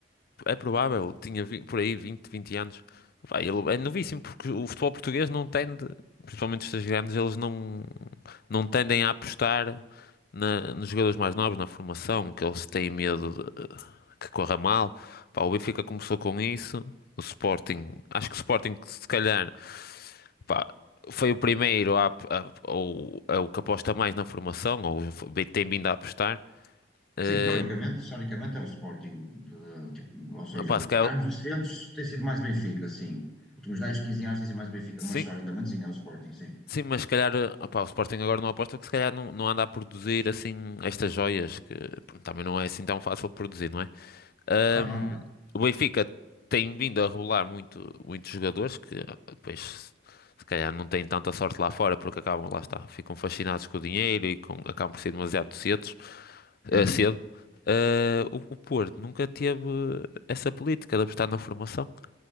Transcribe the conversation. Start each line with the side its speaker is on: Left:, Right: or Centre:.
Left: é provável, tinha vi- por aí 20, 20 anos. Pá, ele é novíssimo porque o futebol português não tende, principalmente os três grandes, eles não, não tendem a apostar na- nos jogadores mais novos, na formação, que eles têm medo de- que corra mal. Pá, o Benfica começou com isso, o Sporting, acho que o Sporting se calhar, pá, foi o primeiro a, a- ou é o que aposta mais na formação, ou tem vindo a apostar. Eh,
Centre: Sim, historicamente, historicamente é o Sporting, de- tipo, ou seja,
Left: opá, se calhar,
Centre: anos recentes tem sido mais Benfica, sim. Últimos 10 15 anos tem sido mais Benfica,
Left: sim,
Centre: mas historicamente sim, é o Sporting, sim.
Left: Sim, mas se calhar, eh, opá, o Sporting agora não aposta porque se calhar não, não anda a produzir assim estas joias que pronto, também não é assim tão fácil produzir, não é? Ahm,
Centre: Não, não, claro.
Left: o Benfica tem vindo a revelar muito, muitos jogadores que ah, depois se calhar não têm tanta sorte lá fora porque acabam, lá está, ficam fascinados com o dinheiro e com, acabam por ser demasiado cedos,
Centre: Sim,
Left: eh, cedo. Ah, o, o Porto nunca teve essa política de apostar na formação.